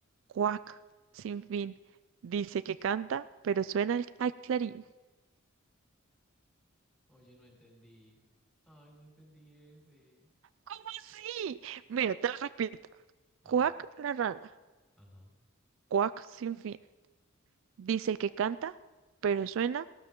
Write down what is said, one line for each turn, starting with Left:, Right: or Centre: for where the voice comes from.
Right: Cuac, sin fin. Dice que canta, pero suena al al clarín.
Centre: Oye, no entendí. Ay, no entendí ese.
Right: ¿Cómo así? Mira, te lo repito.
Centre: A
Right: Cuac
Centre: ver.
Right: la rana,
Centre: Ajá.
Right: cuac sin fin. Dice que canta, pero suena